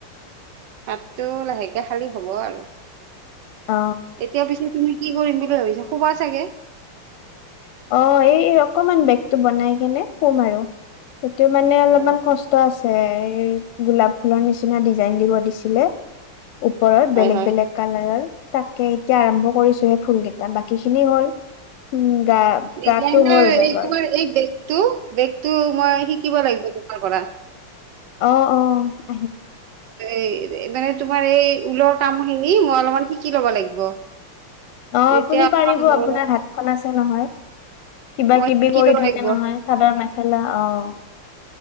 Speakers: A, on the right; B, on the left.
A: ভাততো লাহেকে খালোঁ হ'ব আৰু।
B: অ
A: এতিয়া পিছে তুমি কি কৰিম বুলি ভাবিছা, খোবা চাগে?
B: অঁ' এই এই অকমান বেগটো বনাই কেনে সোম আৰু। সেইটো মানে অলপমান
A: অ
B: কষ্ট আছে, এই গোলাপ ফুলৰ নিচিনা ডিজাইন দিব দিছিলে, ওপৰত
A: হয়
B: বেলেগ-বেলেগ
A: হয়
B: কালাৰৰ। তাকে এতিয়া আৰম্ভ কৰিছোহে ফুল কেইটা, বাকী খিনি হ'ল। গা
A: ডিজাইনাৰ
B: গাটো হ'ল
A: এই
B: বেগৰ
A: তোমাৰ এই বেগটো বেগতটো মই শিকিব লাগিব। কৰা।
B: অঁ' অঁ।
A: এই মান তোমাৰ এই ঊলৰ কাম খিনি মই অলপমান শিকি ল'ব লাগিব।
B: অঁ'আপুনি
A: তেতিয়া অকমান
B: পাৰিব
A: মোৰ
B: আপোনাৰ হাতখন আছে নহয়। কিবা-কিবি
A: মই শিকি
B: কৰি
A: ল'ব
B: থাকে
A: লাগিব
B: নহয়। চাদৰ-মেখেলা অ'